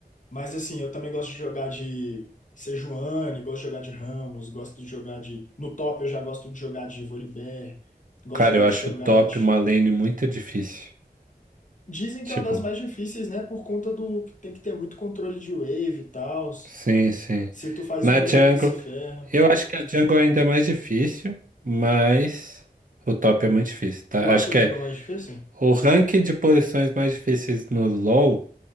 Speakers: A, on the left; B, on the right.
A: Mas, assim, eu também gosto de jogar de Sejuani, gosto de jogar de Ramos, gosto de jogar de. No top eu já gosto de jogar de Volibear, gosto
B: Cara,
A: de jogar
B: eu acho
A: de Cho'Gath.
B: top uma lane muito difícil.
A: Dizem que
B: Tipo,
A: é uma das mais difíceis, né? Por conta do que tem que ter muito controle de wave e tal.
B: sim, sim.
A: Se tu faz
B: Na
A: Pois um erro,
B: jungle.
A: é. tu se ferra.
B: Eu acho que a jungle ainda é mais difícil, mas o top é muito difícil, tá?
A: Tu
B: Acho
A: acha
B: que
A: Django
B: é
A: mais difícil?
B: o rank de posições mais difíceis no LoL